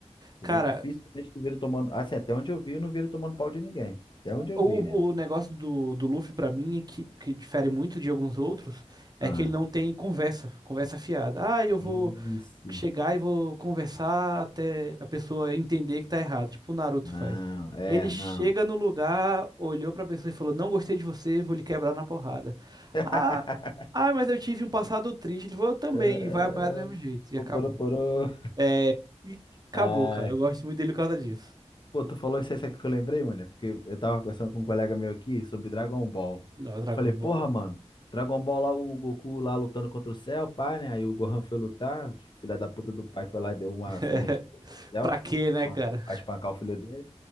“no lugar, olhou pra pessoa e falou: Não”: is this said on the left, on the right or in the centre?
Right